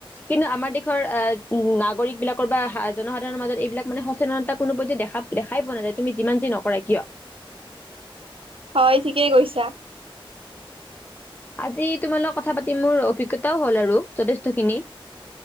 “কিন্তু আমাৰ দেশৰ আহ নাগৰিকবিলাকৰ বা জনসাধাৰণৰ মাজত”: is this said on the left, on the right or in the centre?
Left